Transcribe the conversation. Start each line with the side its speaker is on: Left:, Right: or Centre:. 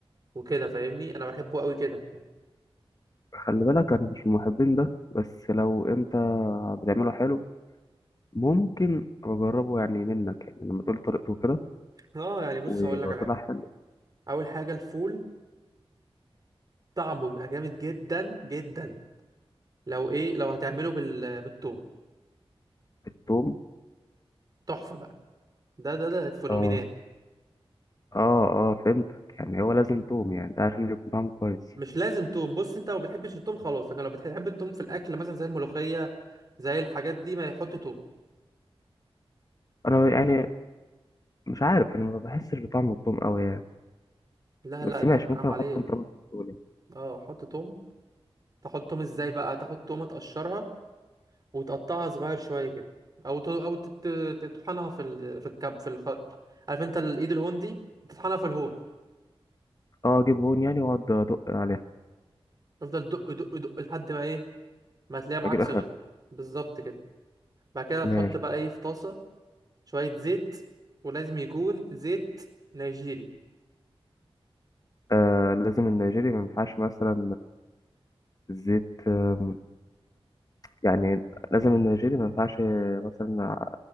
Right: وكده فاهمني انا بحبه قوي كده
Left: خلي بالك انا مش من محبين ده بس لو انت بتعمله حلو ممكن اجربه يعني منك يعني لما تقول طريقته كده
Right: اه يعني بص
Left: ولو
Right: هقول لك على
Left: طلع
Right: حاجه
Left: حلو
Right: اول حاجه الفول طعمه بيبقى جامد جدا جدا لو ايه لو هتعمله بال بالثوم
Left: التوم
Right: تحفه بقى ده ده ده فينومينال
Left: اه اه اه فهمتك يعني هو لازم توم يعني ده عشان يكون طعمه كويس
Right: مش لازم توم بص انت لو بتحبش التوم خلاص لكن لو بتحب التوم في الاكل مثلا زي الملوخيه زي الحاجات دي ما يحط توم
Left: انا يعني مش عارف انا ما بحسش بطعم التوم قوي يعني
Right: لا لا
Left: بس
Right: انت
Left: ماشي
Right: حرام
Left: ممكن احط
Right: عليك
Left: مطرب بتقولي
Right: اه حط توم تحط توم ازاي بقى تاخد تومه تقشرها وتقطعها صغير شويه كده او ت... او تت... تطحنها في ال... في الكب في الخلط عارف انت الايد الهندي تطحنها في الهون
Left: اه اجيب هون يعني واقعد ادق عليها
Right: تفضل دق دق دق لحد ما ايه ما تلاقي معاك
Left: واجيب
Right: صغرت
Left: اخر
Right: بالظبط كده بعد كده
Left: ماشي
Right: تحط بقى ايه في طاسه شويه زيت ولازم يكون زيت نيجيري
Left: آه لازم النيجيري ما ينفعش مثلا زيت آم، يعني لازم النيجيري ما ينفعش مثلا